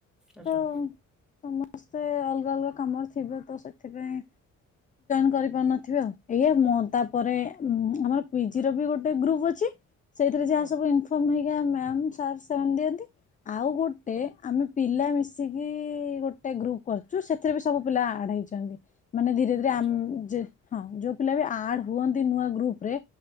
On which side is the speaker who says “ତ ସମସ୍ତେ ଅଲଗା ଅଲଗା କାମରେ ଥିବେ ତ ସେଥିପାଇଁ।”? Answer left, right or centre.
Left